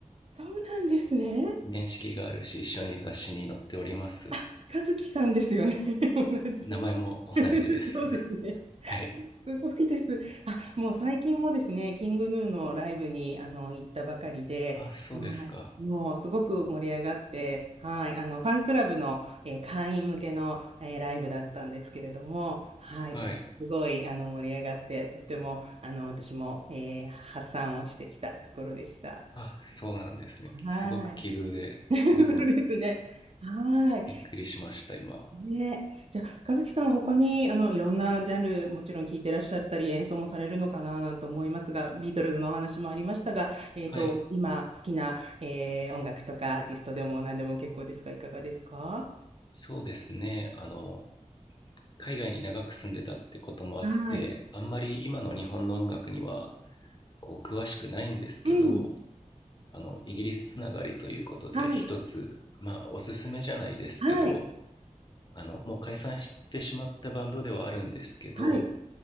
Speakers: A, on the right; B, on the left.
A: そうなんですね。
B: 面識があるし、一緒に雑誌に載っております。
A: あ、和樹さんですよね。<laughs> 同じ。
B: 名前も同じです。
A: <laughs> そうですね。
B: <laughs> はい。
A: すごいです。<laughs> あ、もう最近もですね、キングヌーのライブにあの行ったばかりで、
B: あ、そうですか。
A: はい、もうすごく盛り上がって、はい、あのファンクラブの、えー会員向けの、えーライブだったんですけれども、はい、
B: はい。
A: もうすごいあの盛り上がって、とってもあの私も、えー発散をしてきたところでした。
B: あ、そうなんですね。
A: はい、
B: すごく奇遇で、
A: <laughs> そうですね。
B: すごく
A: はい。
B: びっくりしました、今。
A: ね。じゃあ、和樹さん、他に、あの、いろんなジャンル、もちろん聞いてらっしゃったり、演奏もされるのかな、なんて思いますが、ビートルズのお話もありましたが、えっと、
B: はい。
A: 今、好きな、えー音楽とか、アーティストでも何でも結構ですが、いかがですか
B: そうですね。あの、海外に長く住んでたってこともあって、
A: はい。
B: あんまり今の日本の音楽には、こう、詳しくないんですけど、
A: うん。
B: あの、イギリスつながりということで、
A: はい。
B: 一つ、まあ、おすすめじゃないですけど、
A: はい。
B: あの、もう解散してしまったバンドではあるんですけど、
A: はい。